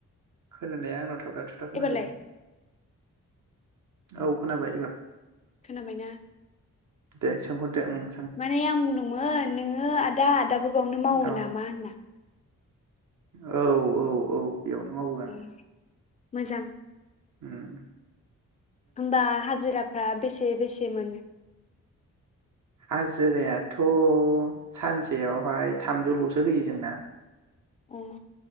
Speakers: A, on the right (about 60°); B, on the left (about 20°).
A: खोनानाया आंनाव थाब था थुबथा खोना
B: एबारलाय
A: फैदों औ खोनाबाय एबार
B: खोनाबायना
A: दे सोंहरदो अम
B: माने आं बुंदोंमोन नोङो आदा दाबो बावनो मावो
A: औ
B: नामा होनना
A: औ औ औ बेयावनो मावो आं
B: ए मोजां
A: अम
B: होमबा हाजिरा फ्रा बेसे-बेसे मोनो
A: हाजिरायाथ' सानसेयावहाय थामजौल'सो होयो जोंना
B: अ